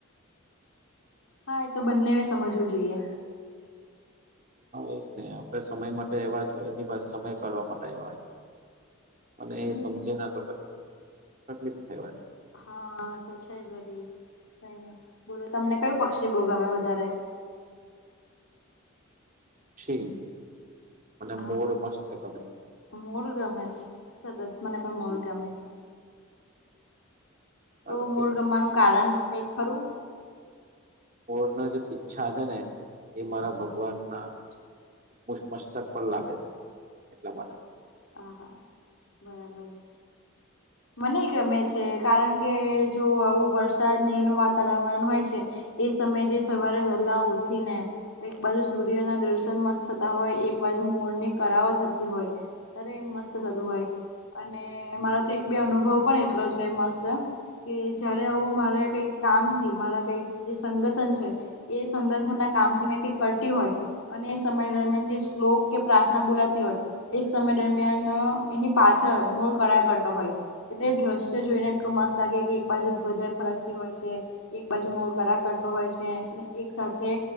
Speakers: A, on the left; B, on the right.
A: હા એ તો બંને સમજવું જોઈએ
B: હા એજ ને આપડે સમય માટે એવા જ હોય એની પાસે સમય કરવા માટે આવ્યા હોય. અને
A: હમ.
B: એ સમજે ના તો પછી તકલીફ થઈ હોય.
A: હા તો છે જ બધી કઈ બોલો તમને કયું પક્ષી બોવ ગમે વધારે?
B: ક્ષી મને
A: હા.
B: મોર મસ્ત ગમે.
A: મોર ગમે છે સરસ. મને પણ મૂળ
B: જી
A: ગમે છે
B: સારું
A: તો
B: કેવાય
A: મૂળ ગમવાનું કારણ એ ખરું.
B: મોડ ના જે પીચ્છા છે ને એ મારા ભગવાન ના છે. મસ્તક પણ લાગે છે એટલા મરે
A: ઓહા, બરાબર.
B: <inaudible>
A: મને ગમે છે કારણ કે જો આવું વરસાદ એનું વાતાવરણ હોય છે. એ સમય જે સવારે વહેલા ઉઠીને. એક બાજુ સૂર્યના દર્શન મસ્ત થતા હોય એક બાજુ મોરની કરાઓ થતી હોય. અરે એ મસ્ત થતું હોય અને મારો તો એક બે અનુભવ પણ એટલો છે મસ્ત કે જય્યારે આવું મારે કઈક કામથી મારા કઈક જે સંગઠન છે. એ સંગઠન ના કામ થી મેં કઈક કરતી હોય. અને એ સમય દરમિયાન જે શ્લોક કે પ્રાર્થના બોલાતી હોય છે. સમય દરમિયાન એની પાછળ મૂળ કરાય કરતો હોય. એટલે દ્રશ્ય જોઈને એટલું મસ્ત લાગે કે એક બાજુ ધ્વજા ફરકતી હોય છે. એક બાજુ મોળ કરા કરતો હોય છે ને એક સાથે